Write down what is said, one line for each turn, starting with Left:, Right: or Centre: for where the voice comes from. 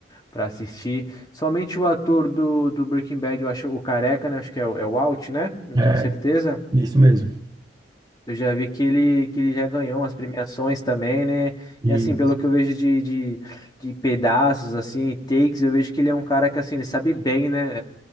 Left: pra assistir. Somente o ator do, do Breaking Bad, eu acho o Careca, né? Acho que é o, é o Walt, né? Não
Right: é
Left: tenho certeza.
Right: isso mesmo.
Left: Eu já vi que ele, que ele já ganhou umas premiações também, né?
Right: Isso.
Left: E assim, pelo que eu vejo de, de, de pedaços, assim, takes, eu vejo que ele é um cara que, assim, ele sabe bem, né?